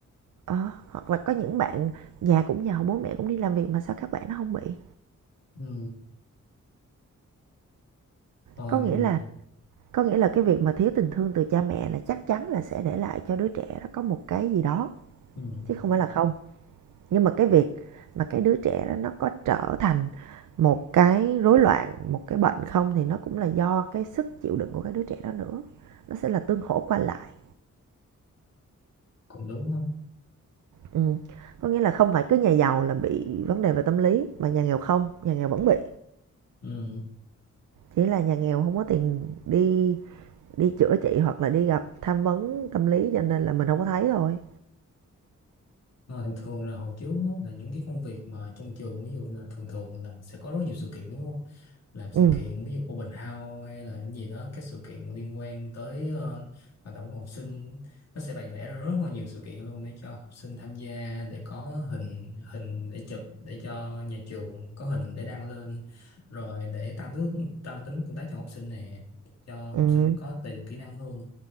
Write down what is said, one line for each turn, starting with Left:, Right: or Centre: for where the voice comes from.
Right: Ờ, hoặc là có những bạn nhà cũng giàu, bố mẹ cũng đi làm việc mà sao các bạn nó không bị?
Left: ừ, rồi,
Right: Có nghĩa là có nghĩa là cái việc mà thiếu tình thương từ cha mẹ là chắc chắn là sẽ để lại cho đứa trẻ nó có một cái gì đó,
Left: ừ,
Right: chứ không phải là không. Nhưng mà cái việc mà cái đứa trẻ đó nó có trở thành một cái rối loạn, một cái bệnh không thì nó cũng là do cái sức chịu đựng của cái đứa trẻ đó nữa, nó sẽ là tương hỗ qua lại.
Left: cũng đúng không
Right: Ừm, có nghĩa là không phải cứ nhà giàu là bị vấn đề về tâm lý mà nhà nghèo không, nhà nghèo vẫn bị,
Left: ừ.
Right: chỉ là nhà nghèo không có tiền đi đi chữa trị hoặc là đi gặp tham vấn tâm lý cho nên là mình không có thấy thôi.
Left: Ờ, thường thường là hồi trước á, là những cái công việc mà trong trường ví dụ là thường thường là sẽ có rất nhiều sự kiện đúng không? Làm sự
Right: ừ
Left: kiện ví dụ open house hay là cái gì đó các sự kiện liên quan tới ờ, hoạt động của học sinh nó sẽ bày vẽ ra rất là nhiều sự kiện luôn để cho học sinh tham gia để có hình hình để chụp để cho nhà trường có hình để đăng lên rồi để tăng tước tăng tính tương tác cho học sinh nè cho học
Right: ừm,
Left: sinh có đầy đủ kỹ năng hơn